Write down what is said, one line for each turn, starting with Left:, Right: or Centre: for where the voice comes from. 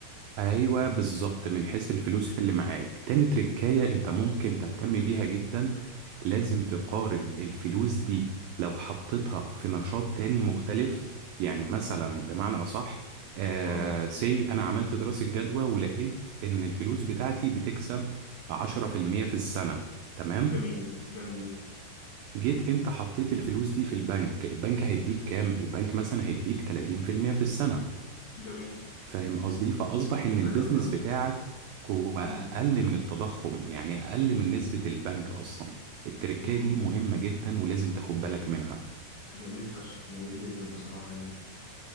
Right: ايوه بالظبط من حيث الفلوس اللي معاك تاني تركاية انت ممكن تهتم بيها جدا لازم تقارن الفلوس دي لو حطيتها في نشاط تاني مختلف يعني مثلا بمعنى اصح آه
Left: اه
Right: سي انا عملت دراسة جدوى ولقيت ان الفلوس بتاعتي بتكسب 10% في المية في السنة تمام
Left: جميل جميل
Right: جيت انت حطيت الفلوس دي في البنك البنك هيديك كام البنك مثلا هيديك 30% في المية في السنة
Left: جميل
Right: فاهم قصدي فأصبح إن البيزنس
Left: ايوه فاهمك
Right: بتاعك هو أقل
Left: امم
Right: من التضخم يعني أقل من نسبة البنك أصلا التركية
Left: امم
Right: دي مهمة جدا ولازم تاخد بالك منها
Left: جميل فشخ جميل جدا بصراحة يعني